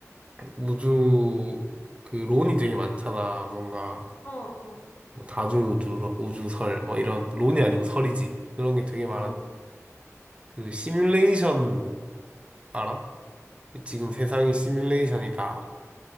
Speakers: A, on the right; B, on the left.
A: 우주, 그, 론이 되게 많잖아. 뭔가.
B: 어, 어,
A: 뭐 다중우주, 우주설, 뭐 이런, 론이 아니고 설이지. 그런 게 되게 많은.
B: 어,
A: 그 시뮬레이션 알아? 지금 세상이 시뮬레이션이다.